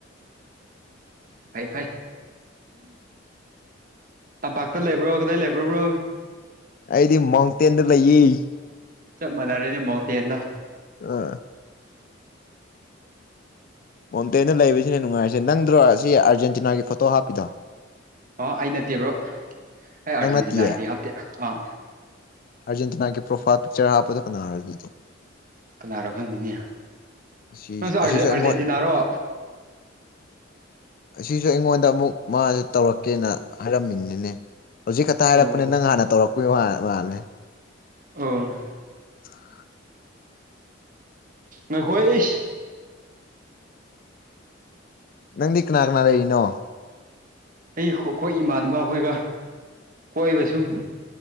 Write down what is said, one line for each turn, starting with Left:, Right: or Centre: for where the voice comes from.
Right: ꯐꯥꯏ ꯐꯥꯏ ꯑꯄꯥꯛꯥꯛꯇ ꯂꯩꯕ꯭ꯔꯣ ꯀꯗꯥꯏ ꯂꯩꯕ꯭ꯔꯣꯕ꯭ꯔꯣ
Left: ꯑꯩꯗꯤ ꯃꯥꯎꯟꯇꯦꯟꯗ ꯂꯩꯌꯦ
Right: ꯆ ꯃꯅꯔꯦꯅꯦ ꯃꯇ ꯌꯦꯅ
Left: ꯑ ꯃꯣꯟꯇꯦꯗ ꯂꯩꯕꯁꯤꯅ ꯅꯨꯡꯉꯥꯏꯔꯤꯁꯦ ꯅꯪꯗ꯭ꯔꯣ ꯁꯤ ꯑꯥꯔꯖꯦꯟꯇꯤꯅꯥꯒꯤ ꯐꯣꯇꯣ ꯍꯥꯞꯄꯤꯗ
Right: ꯑꯥ ꯑꯩ ꯅꯠꯇꯦꯕ꯭ꯔꯣ ꯑꯩ ꯑꯥꯔꯖꯦꯟꯇꯤꯅꯥꯒꯤꯗꯤ
Left: ꯅꯪ ꯅꯠꯇꯤꯌꯦ
Right: ꯍꯥꯞꯇꯦ ꯑꯥ
Left: ꯑꯥꯔꯖꯦꯟꯇꯤꯅꯥꯒꯤ ꯄ꯭ꯔꯣꯐꯥꯏꯜ ꯄꯤꯛꯆꯔ ꯍꯥꯞꯄꯗꯨ ꯀꯅꯥ ꯍꯥꯏꯔ ꯑꯗꯨꯗꯤ
Right: ꯀꯅꯥꯅꯣ ꯈꯪꯗꯅꯤ
Left: ꯑꯁꯤ
Right: ꯅꯪ ꯑꯥꯔꯖꯦꯟꯇꯤꯅꯥꯔꯣ
Left: ꯑꯁꯤꯁꯨ ꯑꯩꯉꯣꯟ ꯑꯁꯤꯁꯨ ꯑꯩꯉꯣꯟꯗ ꯑꯃꯨꯛ ꯃꯥꯁꯦ ꯇꯧꯔꯛꯀꯦꯅ ꯍꯥꯏꯔꯝꯃꯤꯅꯤꯅꯦ ꯍꯧꯖꯤꯛ ꯈꯛꯇ
Right: ꯑꯣ
Left: ꯍꯥꯏꯔꯛꯄꯅꯦ ꯅꯪ ꯍꯥꯟꯅ ꯇꯧꯔꯛꯄꯒꯤ ꯃꯥꯜꯂꯦ
Right: ꯑꯣ
Left: ꯑ
Right: ꯅꯣꯏ ꯍꯣꯏ ꯏꯁ
Left: ꯅꯪꯗꯤ ꯀꯅꯥ ꯀꯅꯥ ꯂꯩꯔꯤꯅꯣ
Right: ꯑꯩ ꯑꯩꯈꯣꯏ ꯏꯃꯥꯟꯅꯕ ꯑꯩꯈꯣꯏꯒ ꯀꯣꯏꯕ ꯁꯨꯝ